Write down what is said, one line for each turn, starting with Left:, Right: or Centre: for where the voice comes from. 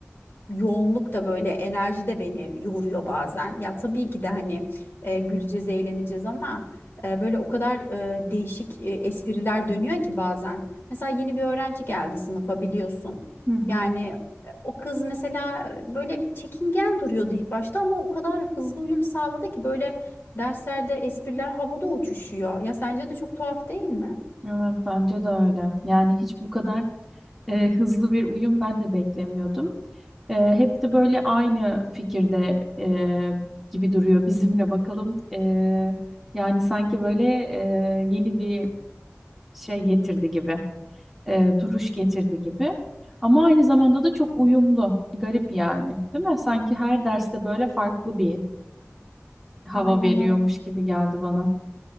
Left: yoğunluk da böyle enerji de beni yoruyor bazen. Ya tabii ki de hani e, güleceğiz, eğleneceğiz ama e, böyle o kadar e, değişik e, espriler dönüyor ki bazen. Mesela yeni bir öğrenci geldi sınıfa biliyorsun.
Centre: Hı hı.
Left: Yani e, o kız mesela e, böyle çekingen duruyordu ilk başta ama o kadar hızlı uyum sağladı ki böyle derslerde espriler havada uçuşuyor. Ya sence de çok tuhaf değil mi?
Centre: Evet bence de öyle. Yani hiç bu kadar e, hızlı bir uyum ben de beklemiyordum. E, hep de böyle aynı fikirde e, gibi duruyor <laughs> bizimle bakalım. E, yani sanki böyle e, yeni bir şey getirdi gibi. e, duruş getirdi gibi. Ama aynı zamanda da çok uyumlu. Garip yani, değil mi? Sanki her derste böyle farklı bir hava
Left: Aynen
Centre: veriyormuş
Left: öyle.
Centre: gibi geldi bana.